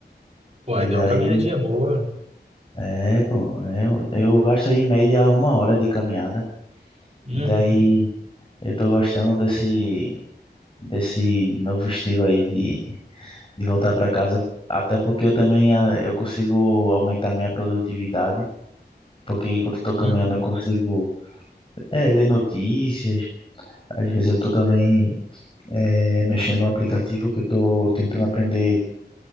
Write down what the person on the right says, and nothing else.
Uai,
deu
uma caminhadinha boa.
Uhum,
uhum.